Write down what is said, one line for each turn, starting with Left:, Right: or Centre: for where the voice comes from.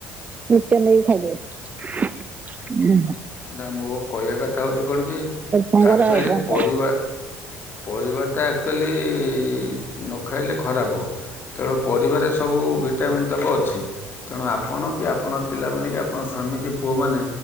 Right: <unintelligible> ନେଇ ଖାଇଦେଏ <unintelligible>
Left: ନା ମୋ କହିଆ କଥା ହଉଚି କଣ କି
Right: ସାଙ୍ଗର
Left: ଆକ୍ଚୁଲି
Right: ଆଉ କଣ
Left: ପରିବା
Right: କର
Left: ପରିବା ଟା ଆକ୍ଚୁଲି ନ ଖାଇଲେ ଖରାପ। ତେ <unintelligible> ପରିବାରେ ସବୁ ଭିଟାମିନ୍ ତକ ଅଛି। ତେଣୁ ଆପଣ କି ଆପଣ ପିଲାମାନେ କି ଆପଣ ସ୍ୱାମୀ କି ପୁଅମାନେ